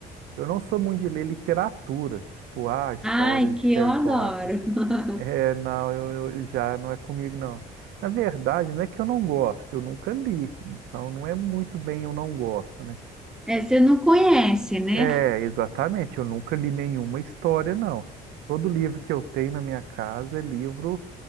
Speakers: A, on the right (about 85°); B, in the centre.
A: Eu não sou muito de ler literatura, tipo, ah, história
B: Ai, que
A: de Harry
B: eu adoro.
A: Potter.
B: <laughs>
A: É, não, eu, eu- já não é comigo, não. Na verdade, não é que eu não gosto, eu nunca li, então não é muito bem eu não gosto, né?
B: É, você não conhece, né?
A: É, exatamente, eu nunca li nenhuma história, não. Todo livro que eu tenho na minha casa é livro